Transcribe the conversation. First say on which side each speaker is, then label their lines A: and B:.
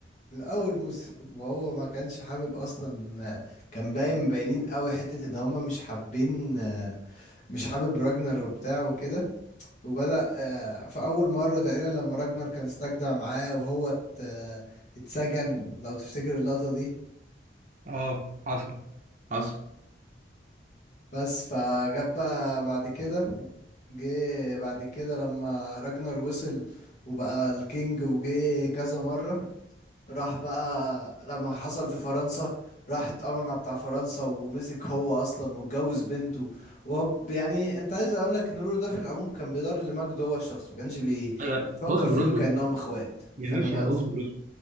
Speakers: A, on the left (about 40°); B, on the right (about 45°).
A: من اول موسم وهو ما كانش حابب اصلا كان باين باينين قوي حتة ان هما مش حابين مش حابب راجنر وبتاع وكده وبدأ آه، في اول مرة تقريبا لما راجنر كان استجدع معاه وهو ات- اتسجن لو تفتكر اللقطة دي
B: اه حصل حصل
A: بس فجاب بقى بعد كده جه بعد كده لما راجنر وصل وبقى الكينج وجه كذا مرة راح بقى لما حصل في فرنسا راح اتأمر مع بتاع فرنسا ومسك هو اصلا واتجوز بنته وهو ب- يعني انت عايز اقول لك ان رورو ده في العموم كان بيدار لمجد هو الشخص ما كانش بي-
B: أيوة،
A: بيفكر
B: اصبر
A: فيهم
B: اصبر
A: كأنهم
B: اصبر.
A: اخوات
B: يا
A: فاهم
B: باشا
A: قصدي
B: اصبر